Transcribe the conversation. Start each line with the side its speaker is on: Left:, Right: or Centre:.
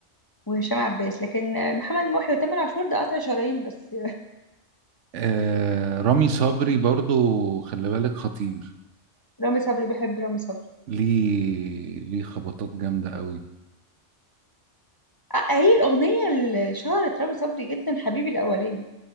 Left: وهشام عباس لكن محمد محي وتامر عاشور ده قطع شرايين بس
Right: آه رامي صبري برضو خلي بالك خطير
Left: <laughs> رامي صبري بحب رامي صبري
Right: ليه ليه خبطات جامده قوي
Left: آه، هي الأغنية اللي شهرت رامي صبري جدا حبيبي الأولاني